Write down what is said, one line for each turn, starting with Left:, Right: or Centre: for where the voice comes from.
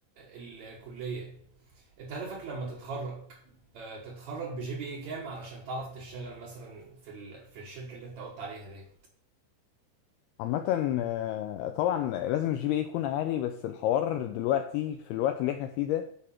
Right: الكليه انت هدفك لما تتخرج آه، تتخرج بجي بي اي كام علشان تعرف تشتغل مثلا في ال... في الشركه اللي انت قلت عليها دي
Left: عامة آه، طبعا لازم الجي بي اي يكون عالي بس الحوار دلوقتي في الوقت اللي احنا فيه ده